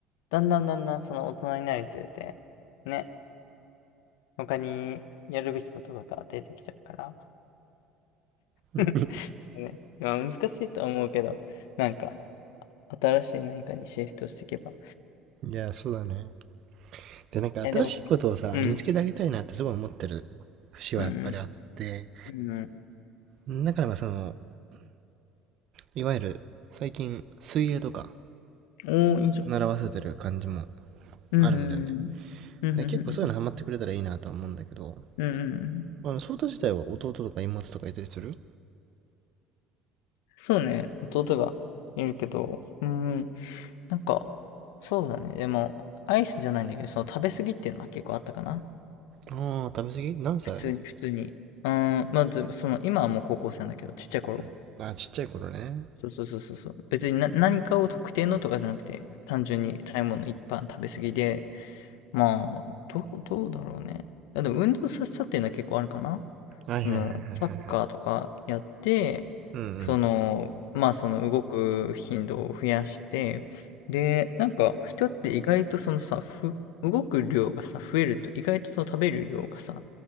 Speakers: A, on the left (about 85°); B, on the right (about 55°).
A: だんだんだんだんその大人になるにつれて、ね、他にやるべきことが出てきちゃうから。
B: うん
A: <laughs> そうね。まあ難しいとは思うけど、なんか、新しい何かにシフトしていけば。
B: いや、そうだね。で、なんか新しいことをさ、
A: え、でも、うん。
B: 見つけてあげたいなってすごい思ってる節はやっぱりあって、
A: うん。うん。うん
B: だからまあその、いわゆる最近水泳とか
A: おー、いいじゃん。
B: 習わせてる感じも
A: うん。
B: あるんだよね。
A: うんうんうん。
B: で、結構そういうのハマってくれたらいいなとは思うんだけど、
A: うんうんうん
B: あの、ソータ自体は弟とか妹とかいたりする
A: そうね。弟がいるけど、うん。なんか、そうだね。でも、アイスじゃないんだけど、その食べ過ぎっていうのは結構あったかな。
B: ああー、食べ過ぎ何歳
A: 普通に、普通に。うん。まず、その、今はもう高校生なんだけど、ちっちゃい頃。
B: うん。あー、ちっちゃい頃ね。
A: そうそうそうそうそう。別にな、何かを特定のとかじゃなくて、単純に食べ物一般食べ過ぎで、まあ、どう、どうだろうね。いやでも運動させたっていうのは結構あるかな。
B: はいはいはいはいはいはい。
A: その、サッカーとかやって、
B: うんうん。
A: その、まあその動く頻度を増やして、で、なんか人って意外とそのさ、ふ、動く量がさ、増えると意外とその食べる量がさ、